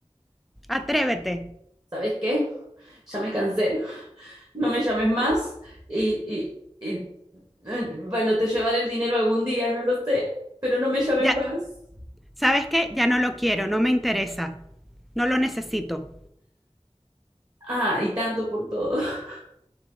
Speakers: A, in the centre; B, on the right.
A: Atrévete.
B: ¿Sabés qué? Ya me cansé. no me llames más y, y- y, eh, bueno, te llevaré el dinero algún día, no lo sé, pero no me llames
A: Ya,
B: más.
A: ¿sabes qué? Ya no lo quiero, no me interesa. No lo necesito.
B: Ah, y tanto por todo. <laughs>